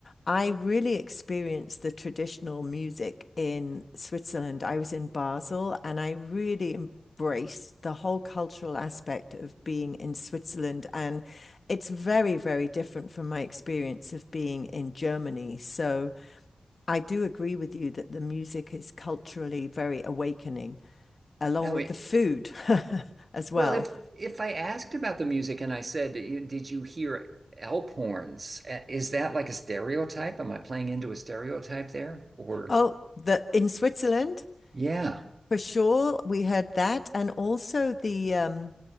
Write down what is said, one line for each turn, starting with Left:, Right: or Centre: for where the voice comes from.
Left: I really experienced the traditional music in Switzerland. I was in Basel and I really embraced the whole cultural aspect of being in Switzerland. And it's very, very different from my experience of being in Germany. So I do agree with you that the music is culturally very awakening, along
Right: Now,
Left: with
Right: it,
Left: the food <laughs> as well.
Right: well, if if I asked about the music and I said, you- "Did you hear elk horns?" uh, Is that like a stereotype? Am I playing into a stereotype there? Or
Left: Oh, the in Switzerland,
Right: yeah.
Left: For sure, we heard that, and also the um,